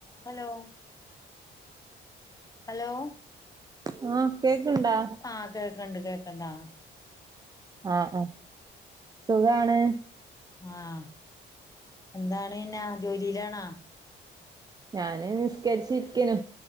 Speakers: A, on the left; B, on the right.
A: ഹലോ ഹലോ
B: ആഹ് കേക്ക്ണ്ടാ
A: ആഹ് കേക്കണ്ട് കേക്കണ്ട് ആഹ്
B: ആഹ് ആഹ് സുഖാണ്
A: ആഹ് എന്താണ് പിന്നാ ജോലീലാണാ
B: ഞാന് നിസ്കരിച്ചിരിക്കേണ്